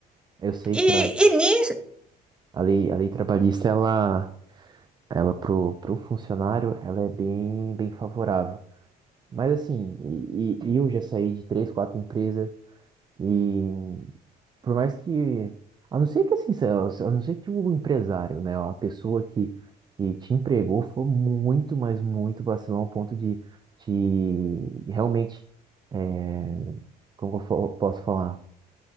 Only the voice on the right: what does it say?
Eu sei
que a,
a lei, a lei trabalhista, ela, ela pro, pro funcionário, ela é bem, bem favorável. Mas assim, e, e- e eu já saí de três, quatro empresas e por mais que, a não ser que assim, se- a não ser que o empresário, né, a pessoa que, que te empregou foi muito, mas muito vacilão ao ponto de te realmente, é, como eu fo- posso falar?